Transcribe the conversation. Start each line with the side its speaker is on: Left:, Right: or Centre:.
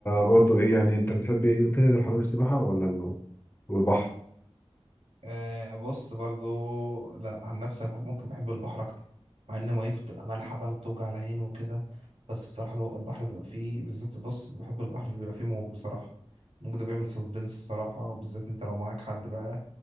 Left: برضه ايه يعني انت بتحب ايه تنزل حمام السباحه ولا ال- والبحر
Right: آه، بص برضو لا عن نفسي أنا بحب ممكن بحب البحر اكتر مع ان ميته بتبقى مالحه بقى وبتوجع العين وكده بس بصراحه لو البحر بيبقى فيه بالذات بص بحب البحر اللي بيبقى فيه موج بصراحه الموج ده بيعمل سسبنس بصراحه وبالذات انت لو معاك حد بقى